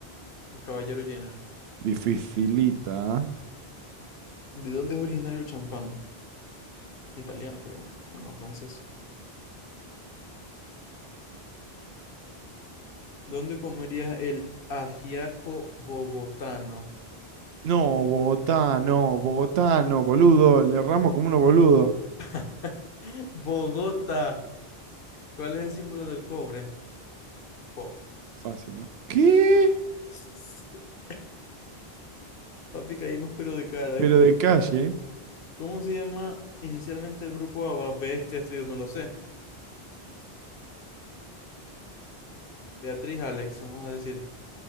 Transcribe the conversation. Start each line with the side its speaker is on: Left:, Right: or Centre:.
Left: el caballero Jenner.
Right: Dificilita. ¿ah?
Left: ¿De dónde es originario el champán? Italiano, creo. Ah, no, francés. ¿Dónde comerías el ajiaco bogotano?
Right: No, Bogotá, no, Bogotá, no, boludo. Le erramos como unos boludos.
Left: <laughs> Bogotá. ¿Cuál es el símbolo del cobre? Co.
Right: Fácil, ¿no? ¿Qué?
Left: <laughs> Papi, caímos pero de cara, ¿viste?
Right: Pero de calle.
Left: ¿Cómo se llama inicialmente el grupo ABBA? Bestia, esto yo no lo sé. Beatriz, Alex, vamos a decir.